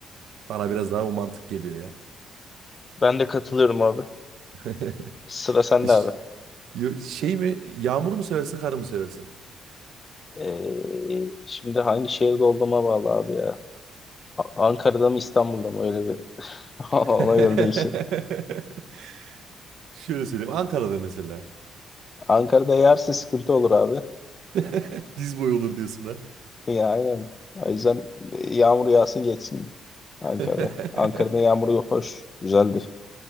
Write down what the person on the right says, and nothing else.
Bana biraz daha o mantık geliyor ya.
<laughs>
İş-
yo- Şey mi yağmuru mu seversin karı mı seversin?
<laughs>
Şöyle söyleyeyim Ankara'da mesela
<laughs> diz boyu olur diyorsun ha.
<laughs>